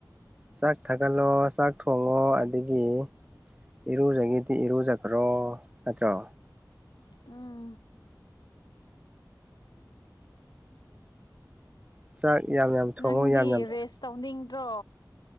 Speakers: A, on the right; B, on the left.
A: ꯆꯥꯛ ꯊꯥꯒꯠꯂꯣ ꯆꯥꯛ ꯊꯣꯡꯉꯣ ꯑꯗꯒꯤ ꯏꯔꯨꯖꯒꯤꯗꯤ ꯏꯔꯨꯖꯈ꯭ꯔꯣ ꯅꯠꯇ꯭ꯔꯣ
B: ꯎꯝ
A: ꯆꯥꯛ ꯌꯥꯝ ꯌꯥꯝ ꯊꯣꯡꯉꯣ
B: ꯅꯪꯗꯤ
A: ꯌꯥꯝ ꯌꯥꯝ
B: ꯔꯦꯁ ꯇꯧꯅꯤꯡ ꯔꯣ